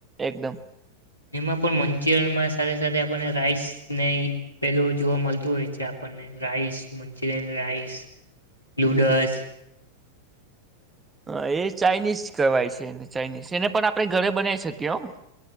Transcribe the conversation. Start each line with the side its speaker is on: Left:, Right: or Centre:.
Right: એકદમ
Left: એમાં પણ મંચુરિયન માં સાથે સાથે આપણને રાઈસ ને પેલું જોવા મળતું હોય છે. આપણને રાઈસ મંચુરિયન રાઈસ. લુડસ
Right: હમ અ એ ચાઇનીઝ કેવાય છે એને ચાઇનીઝ એને પણ આપણે ઘરે બનાવી શકીએ હો.